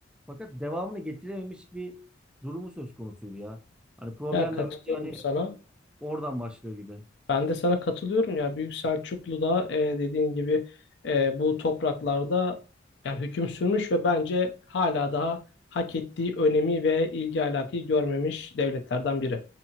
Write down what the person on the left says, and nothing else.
Ya adı, katılıyorum
sana.
Ben de sana katılıyorum ya. Büyük Selçuklu'da e, dediğin gibi e, bu topraklarda yani hüküm sürmüş ve bence hala daha hak ettiği önemi ve ilgi alakayı görmemiş devletlerden biri.